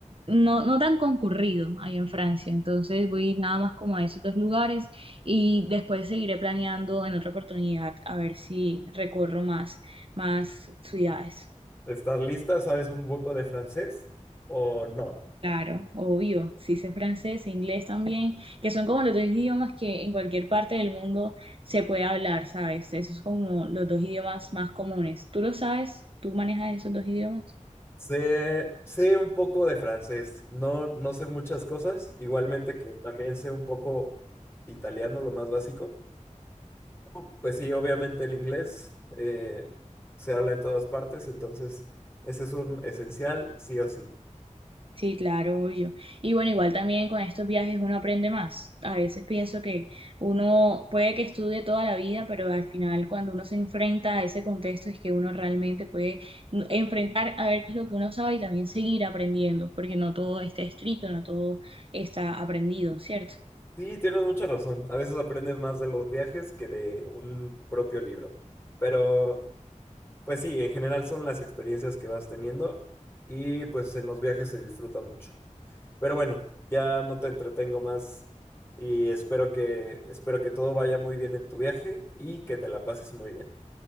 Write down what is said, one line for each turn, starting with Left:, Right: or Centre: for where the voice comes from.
Right: no no tan concurrido ahí en Francia, entonces voy nada más como a esos dos lugares y después seguiré planeando en otra oportunidad a ver si recorro más más ciudades.
Left: ¿Estás lista? ¿Sabes un poco de francés o no?
Right: Claro, obvio, sí sé francés, e inglés también, que son como los dos idiomas que en cualquier parte del mundo se puede hablar, ¿sabes? Esos son como los dos idiomas más comunes. ¿Tú lo sabes? ¿Tú manejas esos dos idiomas?
Left: Sé, sé un poco de francés. No, no sé muchas cosas. Igualmente que también sé un poco italiano, lo más básico. Oh, Pues sí, obviamente el inglés eh, se habla en todas partes, entonces ese es un esencial, sí o sí.
Right: Sí, claro, obvio. Y bueno, igual también con estos viajes uno aprende más. A veces pienso que uno puede que estudie toda la vida, pero al final cuando uno se enfrenta a ese contexto es que uno realmente puede n- enfrentar a ver qué es lo que uno sabe y también seguir aprendiendo, porque no todo está escrito, no todo está aprendido, ¿cierto?
Left: Sí, tienes mucha razón. A veces aprendes más de los viajes que de un propio libro. Pero, pues sí, en general son las experiencias que vas teniendo y pues en los viajes se disfruta mucho. Pero bueno, ya no te entretengo más y espero que, espero que todo vaya muy bien en tu viaje y que te la pases muy bien.